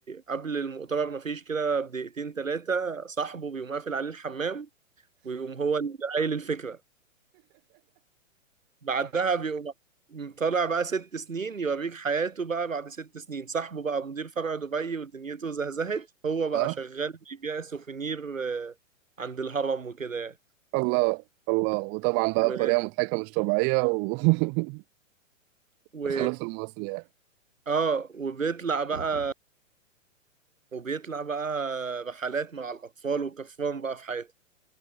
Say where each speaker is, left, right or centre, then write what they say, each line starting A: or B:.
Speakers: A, on the right; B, on the right.
A: قبل المؤتمر مفيش كده بدقيقتين تلاتة صاحبه بيقوم قافل عليه الحمام ويقوم هو اللي قايل الفكرة بعدها بيقوم طالع بقى ست سنين يوريك حياته بقى بعد ست سنين صاحبه بقى مدير فرع دبي ودنيته زهزهت هو بقى
B: اه
A: شغال بيبيع سوفينير آه، عند الهرم وكده يعني
B: الله الله وطبعا بقى
A: و...
B: بطريقه مضحكه مش طبيعيه وتخلف
A: و...
B: <laughs> المصري يعني
A: اه وبيطلع بقى وبيطلع بقى رحلات مع الأطفال وكفران بقى في حياته